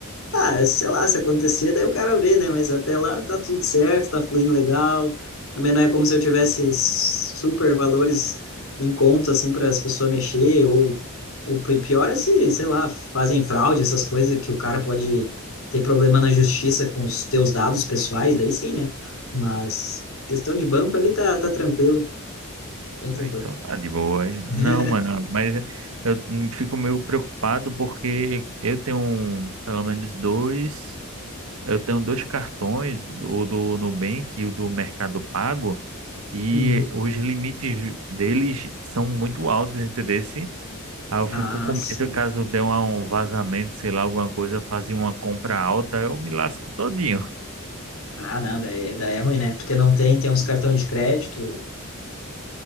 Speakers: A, on the left; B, on the right.
A: Ah, sei lá, se acontecer, daí o cara vê, né? Mas até lá tá tudo certo, tá fluindo legal. Também não é como se eu tivesse super valores em conta, assim, para as pessoas mexer. Ou o pi- pior é se, sei lá, fazem fraude, essas coisas que o cara pode ter problema na justiça com os teus dados pessoais, daí sim, né? Mas questão de banco ali tá, tá tranquilo, bem tranquilo.
B: Ah, então tá de boa.
A: <laughs>
B: Não, mano, mas eu fico meio preocupado porque eu tenho um- pelo menos dois, eu tenho dois cartões, o do Nubank e o do Mercado Pago, e
A: Uhum.
B: os limites deles são muito altos, entendeu? Aí eu
A: Ah,
B: fico com
A: sim.
B: medo caso dê uma- um vazamento, sei lá, alguma coisa, fazer uma compra alta, eu me lasco todinho. <laughs>
A: Ah, não, daí, daí é ruim, né? Porque não tem, tem uns cartões de crédito.